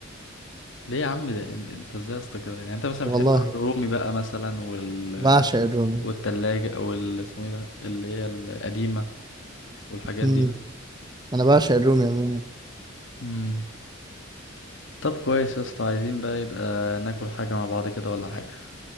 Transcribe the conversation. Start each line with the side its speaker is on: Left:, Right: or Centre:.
Left: ليه يا عم ده انت انت ازاي يا اسطى كده يعني انت مثلا
Right: والله
Left: بتحب الرومي بقى مثلا وال
Right: بعشق الرومي
Left: والتلاجة وال اسمه ايه ده اللي هي القديمة والحاجات
Right: م.
Left: دي بقى
Right: انا بعشق الرومي عموما
Left: مم. طب كويس يا اسطى عايزين بقى يبقى ناكل حاجة مع بعض كده ولا حاجة